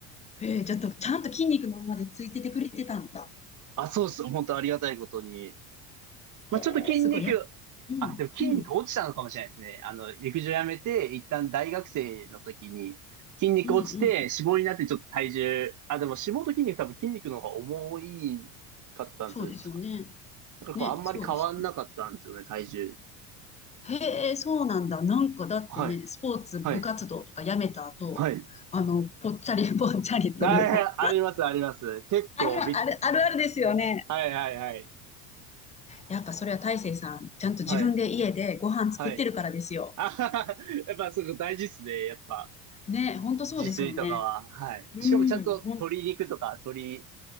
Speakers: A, on the left; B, on the right.
A: へえ、ちゃんと、ちゃんと筋肉のままでついててくれてたんだ。
B: あ、そうです。本当ありがたいことに。まあ、
A: へえ、
B: ちょっと筋肉、
A: すごい。やっ、うん、
B: あ、でも筋肉落ちたのかもしれないですね。
A: うん、
B: あの、陸上やめて、一旦大学生の時に、筋肉落ちて、
A: うん、うん。
B: 脂肪になってちょっと体重、あ、でも脂肪と筋肉多分筋肉の方が重いかったんですよね、
A: そうですよね。
B: 確か。だからこう、
A: ね、
B: あんまり変わんなかったんですよね、
A: そうですよ
B: 体重。
A: へえ、そうなんだ。なんかだってね、
B: はい、
A: スポーツ部活動とかやめた後、
B: はい、はい。
A: あの、ぽっちゃり <laughs> ぽっちゃりというか、
B: あ、あります、あります。結構びっ、
A: ありま、ある、あるあるですよね。
B: はい、はい、はい。
A: やっぱそれは大成さん、ちゃんと自分で家でご飯作ってるからですよ。
B: はい、はい。あははやっぱそこ大事っすね、やっぱ。
A: ね、ほんとそうですよね。
B: 自炊とかは、はい。
A: うん、
B: しかもちゃんと鶏肉とか鶏
A: ほん、